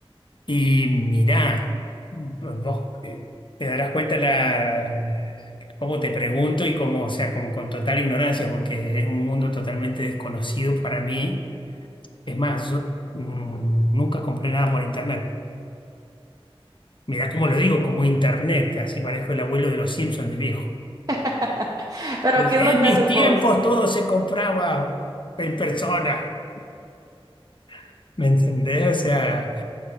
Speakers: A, on the left; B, on the right.
A: Y mirá, vos eh, te darás cuenta la, cómo te pregunto y cómo, o sea, como con total ignorancia, porque es un mundo totalmente desconocido para mí. Es más, yo mm, nunca compré nada por internet. Mirá cómo lo digo, como internet, así parezco el abuelo de los Simpsons de viejo.
B: <laughs> Pero,
A: Es,
B: ¿qué
A: en
B: es lo que
A: mis
B: haces
A: tiempos
B: vos?
A: todo se compraba en persona, <laughs> ¿me entendés? O sea,